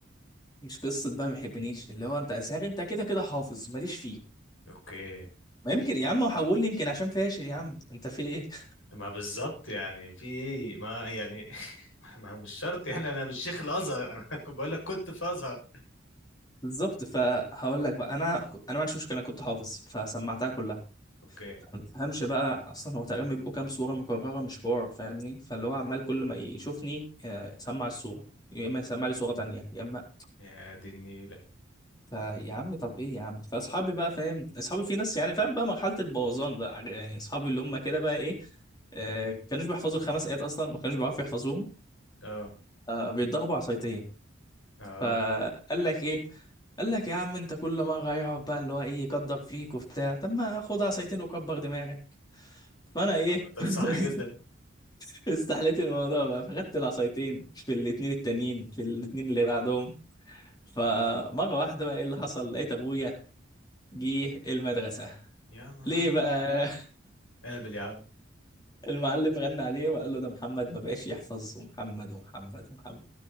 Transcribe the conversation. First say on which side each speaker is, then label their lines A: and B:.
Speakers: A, on the left (about 20°); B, on the left (about 90°).
A: مش قصه بقى ما يحبنيش اللي هو انت ازهر انت كده كده حافظ ماليش فيه
B: اوكي
A: ما يمكن يا عم حول لي يمكن عشان فاشل يا عم انت في ايه <laughs>
B: ما بالظبط يعني في ايه ما يعني <laughs> ما هو مش شرط يعني انا مش شيخ الازهر انا <laughs> كنت بقول لك كنت في ازهر
A: بالظبط فهقول لك بقى انا انا ما عنديش مشكله انا كنت حافظ فسمعتها كلها
B: اوكي
A: ما تفهمش بقى اصلا هو تقريبا بيبقوا كام صوره مكرره مش حوار فاهمني فاللي هو عمال كل ما يشوفني آه، سمع الصوره يا اما يسمع لي صوره تانية يا اما
B: يا دي النيله
A: فيا عم طب ايه يا عم فاصحابي بقى فاهم اصحابي في ناس يعني فاهم بقى مرحله البوظان بقى آه، يعني اصحابي اللي هم كده بقى ايه آه، كانوش بيحفظوا الخمس ايات اصلا ما كانوش بيعرفوا يحفظوهم
B: اه
A: آه، بيتضربوا عصايتين
B: اه
A: فقال لك ايه قال لك يا عم انت كل مره يقعد بقى اللي هو ايه يقدر فيك وبتاع طب ما خد عصايتين وكبر دماغك فانا ايه
B: اما ده صح جدا
A: <laughs> استحليت الموضوع بقى فخدت العصايتين في الاتنين التانيين في الاتنين اللي بعدهم فمرة واحدة بقى ايه اللي حصل لقيت ابويا جه المدرسة
B: يا نهار
A: ليه بقى
B: ابيض قابل يا عم
A: <laughs> المعلم غنى عليه وقال له ده محمد ما بقاش يحفظ ومحمد ومحمد ومحمد